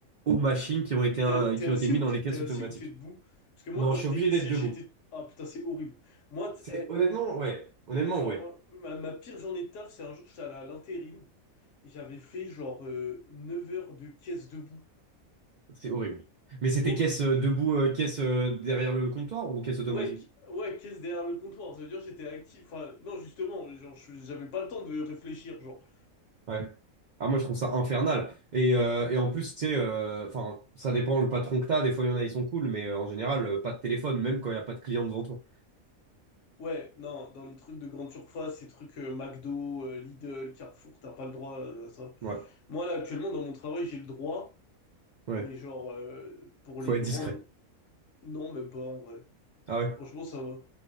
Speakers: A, on the right; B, on the left.
A: aux machines qui ont été, un-
B: T'es t'es
A: qui
B: assis
A: ont été mis
B: ou
A: dans
B: t'es
A: les caisses
B: t'es assis
A: automatiques.
B: ou t'es debout? Parce que moi
A: Non,
B: quand
A: je
B: j'étais
A: suis obligé
B: caissier,
A: d'être debout.
B: j'étais ah putain c'est horrible. Moi t-
A: C'est honnêtement, ouais. Honnêtement,
B: eh, genre
A: ouais.
B: euh, ma, ma pire journée de taf, c'est un jour j'étais allé à l'intérim et j'avais fait genre euh, 9 heures de caisse debout.
A: C'est horrible. Mais c'était
B: Horrible.
A: caisse euh, debout, euh, caisse euh, derrière le comptoir ou caisse automatique?
B: Ouais, qui- ouais, caisse derrière le comptoir, ça veut dire que j'étais actif. Enfin, non, justement, genre, je- j'avais pas le temps de réfléchir, genre.
A: Ouais. Ah, moi, je trouve ça infernal. Et, euh, et en plus, tu sais, euh, enfin, ça dépend le patron que t'as. Des fois, il y en a, ils sont cool, mais euh, en général, euh, pas de téléphone, même quand il n'y a pas de client devant toi.
B: Ouais, non, dans les trucs de grande surface, ces trucs euh, McDo, euh, Lidl, Carrefour, t'as pas le droit euh, à ça.
A: Ouais,
B: Moi, là, actuellement, dans mon travail, j'ai le droit,
A: ouais.
B: mais genre, euh, pour
A: Faut
B: les
A: être
B: grandes,
A: discret.
B: non, même pas, en vrai.
A: Ah ouais?
B: Franchement, ça va.